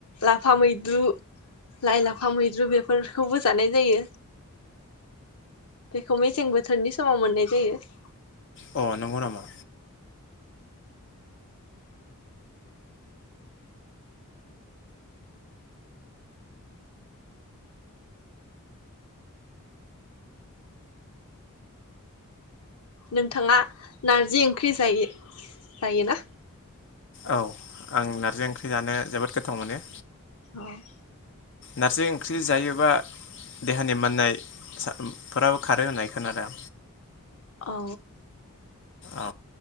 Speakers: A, on the left (about 85°); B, on the left (about 55°).
A: लाफा मैद्रु लाइ लाफा मैद्रु बेफोरखौबो जानाय जायो बेखौ मेसें बोथोरनि समाव मोननाय जायो जायो
B: अ नंगौ नामा
A: नोंथाङा नारजि ओंख्रि जायो जायो ना
B: औ आं नारजि ओंख्रि जानो जोबोद गोथाव मोनो।
A: अह
B: नारजि ओंख्रि जायोबा देहानि मोननाय सा फोराबो खारो होननाय खोनादां।
A: औ।
B: औ